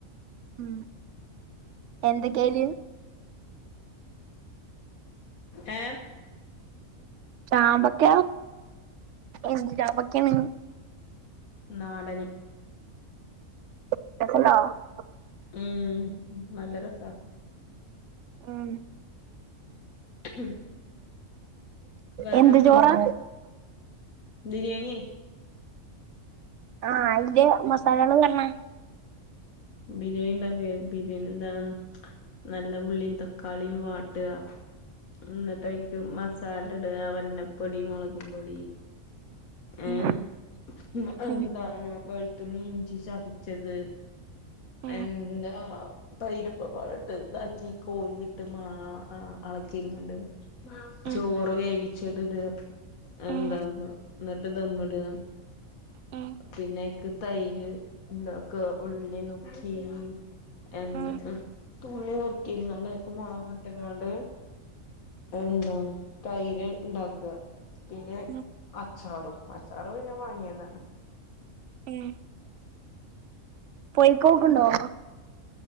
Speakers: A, on the right; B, on the left.
A: ഉം എന്തൊക്കയില്
B: ഏ
A: ചാമ്പക്ക എന്ത് ചാമ്പക്കആണ്
B: നാടന്
A: <unintelligible>
B: ഉം നല്ല രസാ
A: അതന്നെ
B: ഉം ഞാനാ
A: എന്ത് ചോറാ
B: ബിരിയാണിയേ
A: ആഹ് അയിന്റെ മസാലകള് പർഞ്ഞാ
B: ബിരിയാണി ഇണ്ടാക്കെ ബിരിയാണി എന്താ നല്ല ഉള്ളിയും തക്കാളിയും വാട്ട്ആ എന്നിട്ടൈക്ക് മസാല ഇടുക വന്നപ്പൊടി മുളകും പൊടി
A: ഉം
B: ഏഹ് എന്ന എന്താണ്
A: ഉം
B: വെളുത്തുള്ളി ഇഞ്ചി ചതച്ചത്
A: ഉം
B: എന്താ തൈരൊക്കെപാടിട്ട് ഇതാക്കി കോഴട്ട് മാ ആ അളക്കിങ്ങ്ണ്ട്
A: ഉം
B: ചോറ് വേവിച്ചത് ഇടുക എന്താ
A: ഉം
B: എന്നിട്ട് ദംഇടുക
A: ഉം
B: പിന്നെ അയ്ക്ക് തൈര് എന്താക്കാ ഉള്ളി നുക്കീ എന്താ
A: ഉം
B: തുള്ളി നുർക്കിങ്ങാണ്ട് ആയിൽക് മുളക് ഇട്ട്ങ്ങാണ്ട് എന്താണ് തൈര് ഇണ്ടാക്കുക. പിന്നെ
A: ഉം
B: അച്ചാറും അച്ചാറ് പിന്നെ വാങ്ങിയതാണ്
A: ഉം പൊയിക്കോക്ക്ണ്ടോ?